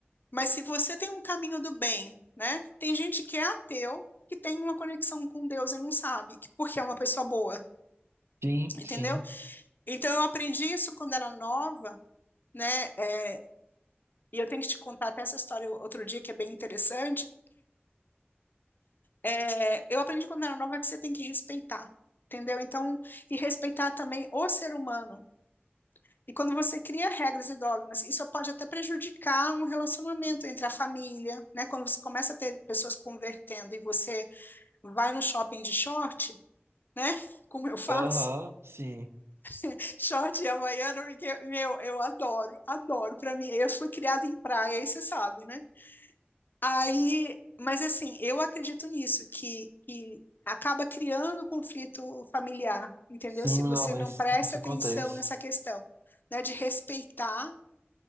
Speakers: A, on the left; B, on the right.
A: Mas se você tem um caminho do bem, né? Tem gente que é ateu, que tem uma conexão com Deus e não sabe, que- porque é uma pessoa boa,
B: Sim,
A: entendeu?
B: sim,
A: Então eu aprendi isso quando era nova, né? É, e eu tenho que te contar até essa história outro dia, que é bem interessante. É, eu aprendi quando era nova que você tem que respeitar, entendeu? Então, e respeitar também o ser humano. E quando você cria regras e dogmas, isso pode até prejudicar um relacionamento entre a família, né? Quando você começa a ter pessoas convertendo e você vai no shopping de short, né? Como eu faço,
B: aham, sim.
A: <laughs> short e havaiana, porque, meu, eu adoro, adoro. Para mim, eu fui criada em praia, aí você sabe, né? Aí, mas assim, eu acredito nisso, que, que acaba criando conflito familiar, entendeu?
B: Sim,
A: Se você
B: não, mas
A: não presta
B: isso acontece.
A: atenção nessa questão, né, de respeitar,